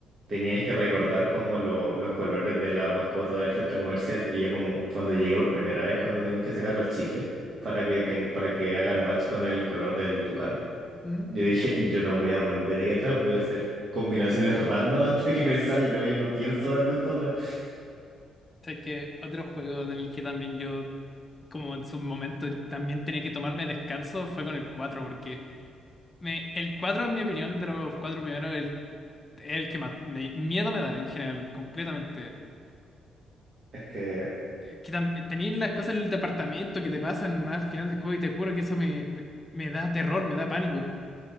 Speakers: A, on the right; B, on the left.
A: teníais que recordar como lo- los colores de la mascota del centro comercial. Y yo como cuando llegué por primera vez, cuando tenéis que sacar los chicles para que, ten- para que hagan match con el color del tucán.
B: ¿Mm?
A: Yo dije, yo no voy a volver ahí atrás, voy a hacer combinaciones random hasta que me salga. Yo no pienso volver para atrás.
B: O que otro juego en el que también yo, como en su momento, también tenía que tomarme descanso fue con el 4 porque... Me, el cuatro en mi opinión, de los cuatro primeros, el que más me- miedo me da en general, completamente.
A: Es que,
B: Eh, Que tam- tenéis las cosas en el departamento que te pasan más al final del juego y te juro que eso me, me, me da terror, me da pánico.